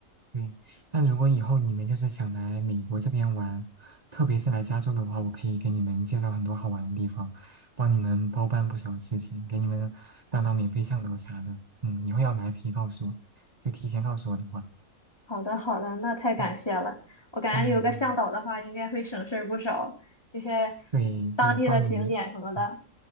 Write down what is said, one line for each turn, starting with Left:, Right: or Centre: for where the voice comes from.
Right: 对，但如果以后你们就是想来美国这边玩，特别是来加州的话，我可以给你们介绍很多好玩的地方，帮你们包办不少事情，给你们当当免费向导啥的。嗯，以后要来可以告诉我，就提前告诉我的话，
Left: 好的，好的，那太感谢了。
Right: 嗯
Left: 我感觉有个向导的话，
Right: 嗯，
Left: 应该会省事儿不少，这些
Right: 对，就帮你，
Left: 当地的景点什么的。
Right: 嗯，